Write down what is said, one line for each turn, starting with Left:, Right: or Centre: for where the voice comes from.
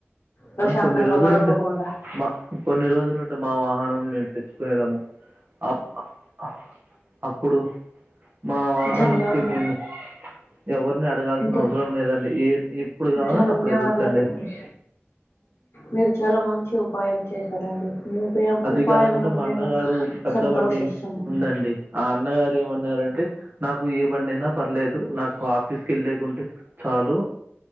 Left: ప్రశాంతంగా
Right: కొన్ని రోజులుంటేయి
Left: పడుకోకుండా
Right: మా కొన్ని రోజులుంటే మా వాహనం మేము తెచ్చుకునేదాముఅప్ అప్ అప్పుడు మా వాహనంకి
Left: ధన్యవాద
Right: మేము ఎవరిని అడగాల్సిన
Left: ధ-
Right: అవసరం లేదండి ఏ ఎప్పుడు కావాలంటే
Left: ధన్యవాదాలండి
Right: అప్పుడు వెళ్ళొచ్చండి
Left: మీరు చాలా మంచి ఉపాయం చేశారండి మీ ఉపాయం
Right: అది
Left: ఉపాయంమునకు
Right: కాకుండా మా
Left: మేము
Right: అన్నగారు పెద్ద
Left: సంతోషిస్తున్నాము
Right: బండి ఉందండి ఆ అన్నగారి ఏమన్నారంటే నాకు ఏ బండి అయినా పర్లేదు నాకు ఆఫీస్కిె వెళ్ళకుంటే చాలు